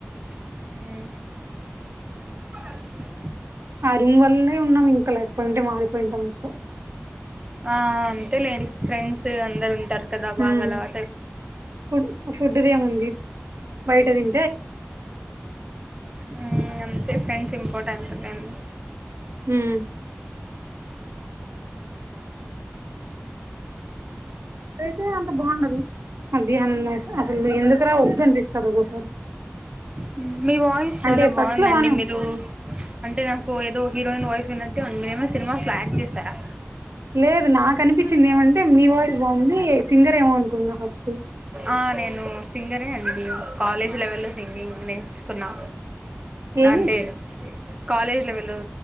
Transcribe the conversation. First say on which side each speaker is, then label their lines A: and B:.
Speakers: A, on the right (about 25°); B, on the right (about 85°).
A: హ్మ్
B: ఆ రూమ్ వల్లే ఉన్నాం ఇంకా లేకపోయింటే మారిపోయింటాం ఇప్పుడో
A: ఆ అంతే లెండి ఫ్రెండ్స్ అందరు ఉంటారు కదా
B: హ్మ్
A: బాగా అలవాటు
B: ఫుడ్ ఫుడ్దేముంది బయట తిం
A: హ్మ్ అంతే ఫ్రెండ్స్ ఇంపార్టెంట్ లెండి
B: హ్మ్ ఫుడ్ అయితే అంత బాగుండదు మధ్యాహ్నంలో అసలు ఎందుకు రా వద్దు అనిపిస్తది ఒకోసారి
A: హ్మ్ మీ వాయిస్
B: అంటే
A: చాలా
B: ఫస్ట్
A: బాగుందండి
B: లో బానే ఉంది
A: మీరు అంటే నాకు ఏదో హీరోయిన్ వాయిస్ విన్నట్టే ఉంది మీరు ఏమన్న సినిమాస్ లో యాక్ట్ చేశారా
B: లేదు నాకు అనిపించింది ఏమంటే మీ వాయిస్ బాగుంది సింగర్ ఏమో అనుకున్నా ఫస్ట్
A: ఆ నేను సింగరే అండి కాలేజ్ లెవెల్లో సింగింగ్ నేర్చ్ కున్నా
B: ఏమి
A: అంటే కాలేజ్లేవెల్లో